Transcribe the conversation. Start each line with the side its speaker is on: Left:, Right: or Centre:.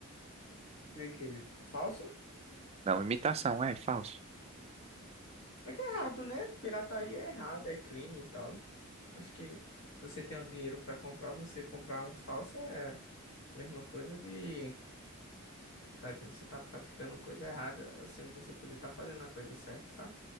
Left: Que, que, falso?
Right: Não, imitação, é falso.
Left: É que é errado, né? Pirataria é errado, é crime e tal. Acho que se você tem o dinheiro pra comprar, você comprar um falso é a mesma coisa de tá, você tá praticando coisa errada, sendo que você poderia estar fazendo a coisa certa, sabe?